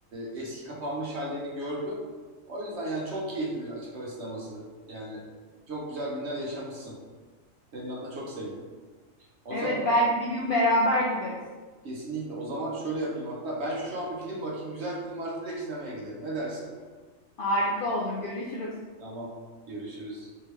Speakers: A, on the right; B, on the left.
A: eski kapanmış hallerini gördüm. O yüzden yani çok keyiflidir açık hava sineması. Yani çok güzel günler yaşamışsın. Senin adına çok sevindim. O
B: Evet
A: zaman
B: belki bir gün beraber gideriz.
A: kesinlikle, o zaman şöyle yapayım hatta. Ben şu an bir film bakayım. Güzel film varsa direkt sinemaya giderim. Ne dersin?
B: Harika olur. Görüşürüz.
A: Tamam, görüşürüz.